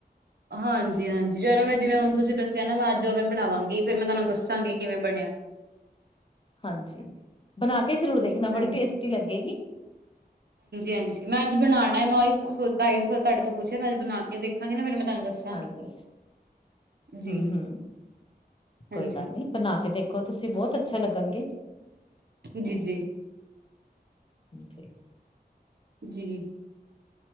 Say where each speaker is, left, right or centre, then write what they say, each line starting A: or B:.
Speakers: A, on the right; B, on the left.
A: ਹਾਂਜੀ -ਹਾਂਜੀ ਚਲੋ ਮੈਂ ਜਿਵੇਂ ਹੁਣ ਤੁਸੀਂ ਦੱਸਿਆ ਨਾ ਮੈਂ ਅੱਜ ਉਵੇਂ ਬਣਾਵਾਂਗੀ, ਫਿਰ ਮੈਂ ਤੁਹਾਨੂੰ ਦੱਸਾਂਗੀ ਕਿਵੇਂ ਬਣਿਆ।
B: ਹਾਂਜੀ ਬਣਾ ਕੇ ਜ਼ਰੂਰ ਦੇਖਣਾ ਬੜੀ
A: ਹਾਜੀ-ਹਾਂਜੀ-
B: ਟੇਸਟੀ ਲੱਗੇਗੀ
A: ਹਾਂਜੀ, ਮੈਂ ਅੱਜ ਬਣਾਉਣਾ ਮੈਂ ਉਹੀ ਸੋਚ ਤਾਹੀ ਤੁਹਾਡੇ ਤੋਂ ਪੁੱਛਿਆ, ਮੈਂ ਬਣਾ ਕੇ ਦੇਖਾਂਗੀ ਨਾ ਫੇਰ ਮੈਂ ਤੁਹਾਨੂੰ ਦੱਸਾਂਗੀ।
B: ਹਾਂਜੀ
A: ਜੀ।
B: ਹੂੰ- ਹੂੰ
A: ਹਾਂਜੀ
B: ਕੋਈ ਗੱਲ ਨੀ, ਬਣਾ ਕੇ ਦੇਖੋ ਤੁਸੀਂ ਬਹੁਤ ਅੱਛਾ ਲੱਗਣਗੇ।
A: ਜੀ- ਜੀ
B: ਠੀਕ
A: -ਜੀ।